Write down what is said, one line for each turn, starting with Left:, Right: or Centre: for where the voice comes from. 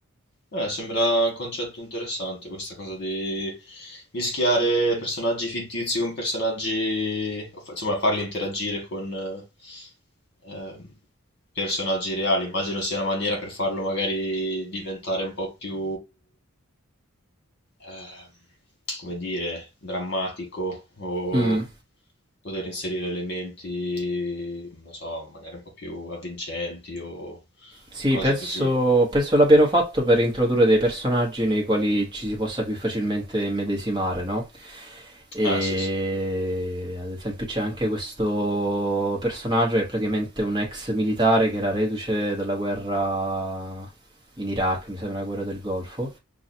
Left: Eh, sembra un concetto interessante questa cosa di mischiare personaggi fittizi con personaggi, o fa- insomma farli interagire con eh, ehm, personaggi reali, immagino sia una maniera per farlo magari diventare un po' più ehm, come dire, drammatico o
Right: Mm.
Left: poter inserire elementi, non so, magari un po' più avvincenti o
Right: Sì,
Left: cose
Right: penso,
Left: così.
Right: penso l'abbiano fatto per introdurre dei personaggi nei quali ci si possa più facilmente immedesimare, no? E
Left: Ah, sì, sì.
Right: ad esempio c'è anche questo personaggio che è praticamente un ex militare che era reduce dalla guerra in Iraq, mi sembra la guerra del Golfo,